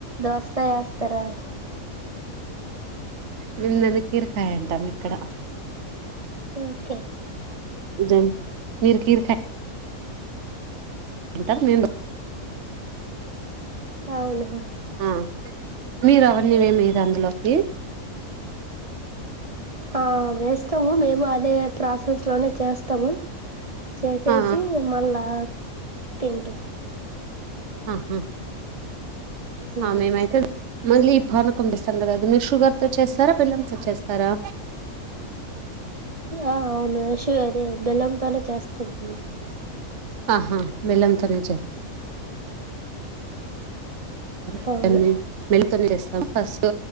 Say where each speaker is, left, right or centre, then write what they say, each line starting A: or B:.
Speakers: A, on the right (about 40°); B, on the right (about 55°).
A: దోసకాయా వేస్తారా అని
B: మేము దాని కీరకాయ అంటాం ఇక్కడ
A: అని ఓకే
B: దిన్ మీరు కిరకాయి అంటాం మేము
A: అవును
B: ఆ మీరు అవన్నీ ఏం వేయరా అందులోకి
A: ఆ వేస్తాము మేము అ అదే ప్రాసెస్ లోనే చేస్త త్తము చేసేసి
B: ఆ
A: మళ్ళా తడు
B: ఆహా
A: ఉమ్.
B: ఆ మేము అయితే మళ్ళీ ఈ పానకం చేస్తాము కదా అది మీరు షుగర్ తో చేస్తారా బెల్లం తో చేస్తారా
A: ఆ అవునుషుగా అదే బెల్లంతోనే చేస్తాము
B: ఆహా బేలం తోనే చెయ <unintelligible>
A: అవును
B: స్తాము ఫస్ట్